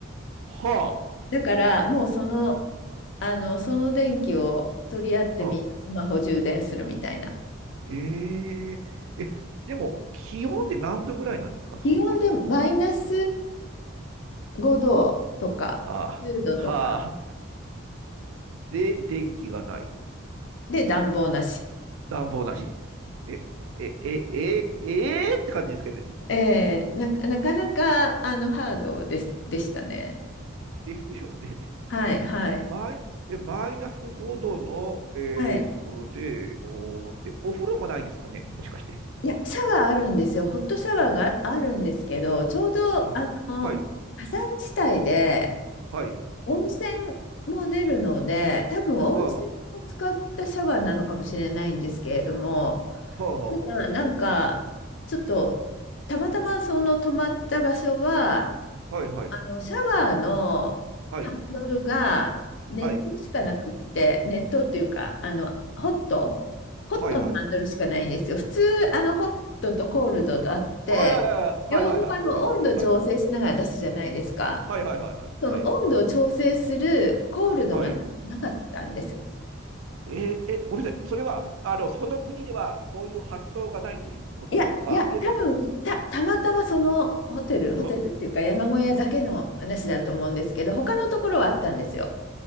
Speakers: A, on the right; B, on the left.
A: はいは
B: だからもうその、あの、その電気を取り合ってみ、
A: あ。はあ
B: スマホ充電するみたいな。
A: えええ、でも、気温って何度ぐらいなんですか、その時って。
B: 気温でマイナス5度とか10度とか
A: ああ、はあ、で、電気がない。
B: で暖房なし。
A: 暖房なし。え、え、え、え、ええって感じですけど、
B: えーな、なかなかあのハードです、でしたね。
A: ですよね。
B: はい、
A: えマイ、
B: はい、
A: え、マイナス5度の、えーと、
B: はい。
A: ところで、おー、で、お風呂もないんですかね、もしかして。
B: いや、シャワーあるんですよ。ホットシャワーがあるんですけど、ちょうど、
A: は、
B: あの、
A: はい、
B: 火山地帯で
A: はい、
B: 温泉も出るので、多分温泉を使ったシャワーなのかもしれないんですけれども、
A: はあ、はあ、は
B: ただ、なんか、ちょっと、たまたまその泊まった場所は、
A: あ、はい、はい、
B: あの、シャワーのハンドルが熱湯しかなくって、
A: はい、はい、
B: 熱湯っていうか、あの、ホット、ホットのハンドルしかないんですよ。
A: はい、はい。
B: 普通、あの、ホットとコールドとあって、
A: あ、いやいやいや、はい、
B: 両方あの、
A: はい、はい、そうですよね。
B: 温度調整しながら出すじゃないですか。
A: はい。はいはいはいはい。
B: その温度を調整するコールドがな、
A: はいはい。はい。
B: なかったんですよ。
A: えーえー、ごめんなさい。それは、あの、その国ではそういう発想がないということなのか、
B: いや、いや、
A: それとも、
B: 多分た、たまたまそのホテル、
A: <laughs> うん
B: ホテルっていうか山小屋だけの話だと思うんですけど、他のところはあったんですよ。